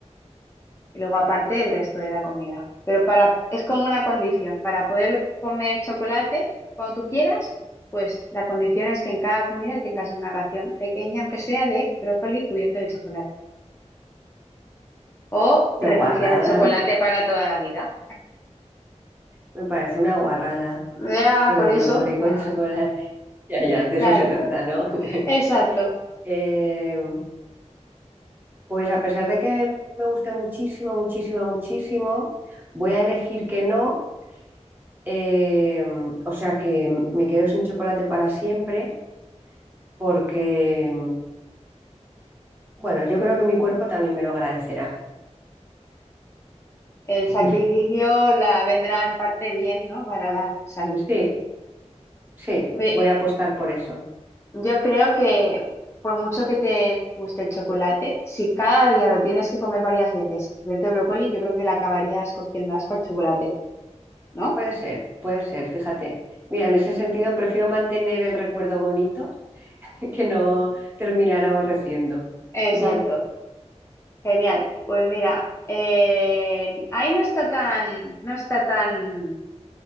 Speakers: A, on the left (about 25°); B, on the right (about 15°).
A: Y luego aparte el resto de la comida. Pero para, es como una condición, para poder comer chocolate cuando tú quieras, pues la condición es que en cada comida tengas una ración pequeña, aunque sea de brócoli cubierto de chocolate. O renunciar
B: de guarrada,
A: al chocolate
B: no,
A: para toda la vida.
B: me parece una guarrada.
A: Ya,
B: Sobre
A: por
B: del
A: eso,
B: brócoli con
A: <sighs>
B: chocolate. <laughs> Ya, ya,
A: <laughs>
B: de
A: claro,
B: eso se trata, ¿no? <laughs>
A: exacto.
B: Eh, pues a pesar de que me guste muchísimo, muchísimo, muchísimo, voy a elegir que no. eh, o sea que me quedo sin chocolate para siempre porque, bueno, yo creo que mi cuerpo también me lo agradecerá.
A: El
B: <laughs>
A: sacrificio la vendrá en parte bien, ¿no? Para la salud.
B: Sí, sí,
A: Oye,
B: voy a apostar por eso.
A: Yo creo que por mucho que te guste el chocolate, si cada día lo tienes que comer varias veces, cubierto de brócoli, yo creo que le acabarías cogiendo asco al chocolate, ¿no?
B: Puede ser, puede ser, fíjate. Mira, en ese sentido prefiero mantener el recuerdo bonito <laughs> que no terminar aborreciendo.
A: Exacto.
B: Bien.
A: Genial. Pues mira, eh, ahí no está tan, no está tan,